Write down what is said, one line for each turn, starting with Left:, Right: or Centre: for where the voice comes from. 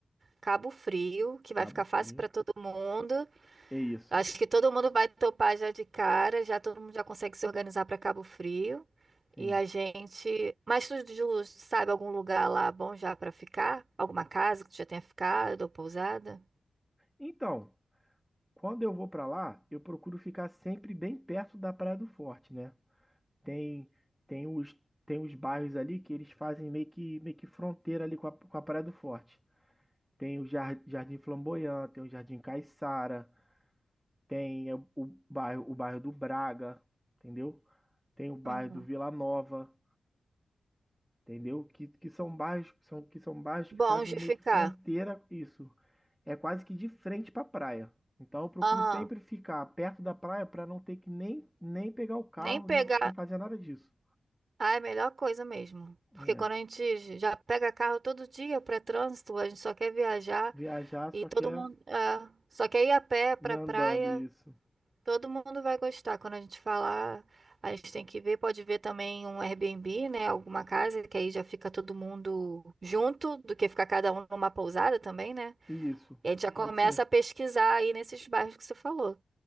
Right: Cabo Frio, que vai
Centre: Cabo
Right: ficar
Centre: Frio.
Right: fácil para todo mundo.
Centre: É isso.
Right: Acho que todo mundo vai topar já de cara, já todo mundo já consegue se organizar para Cabo Frio.
Centre: Sim.
Right: E a gente. Mas tu, Ju, sabe algum lugar lá bom já para ficar? Alguma casa que tu já tenha ficado ou pousada?
Centre: Então, Quando eu vou pra lá, eu procuro ficar sempre bem perto da Praia do Forte, né? Tem tem os tem os bairros ali que eles fazem meio que meio que fronteira ali com a, com a Praia do Forte. Tem o Jar- Jardim Flamboyant, tem o Jardim Caiçara, tem o, o bairro o bairro do Braga, entendeu? Tem o bairro
Right: Uhum.
Centre: do Vila Nova. entendeu? Que, que são bairros, são, que são bairros
Right: Bom
Centre: que fazem
Right: de
Centre: meio
Right: ficar.
Centre: que fronteira isso. É quase que de frente para a praia. Então eu procuro
Right: Aham.
Centre: sempre ficar perto da praia para não ter que nem, nem pegar o carro,
Right: Nem pegar.
Centre: nem, nem fazer nada disso.
Right: Ah, é a melhor coisa mesmo. Porque
Centre: É.
Right: quando a gente já pega carro todo dia para trânsito, a gente só quer viajar
Centre: Viajar
Right: e
Centre: só
Right: todo
Centre: quer
Right: mundo. é, só quer ir a pé para
Centre: ir andando,
Right: praia.
Centre: isso.
Right: Todo mundo vai gostar. Quando a gente falar, a gente tem que ver. Pode ver também um Airbnb, né? Alguma casa, que aí já fica todo mundo junto, do que ficar cada um numa pousada também, né?
Centre: Isso,
Right: E a gente já começa
Centre: pode ser.
Right: a pesquisar aí nesses bairros que você falou.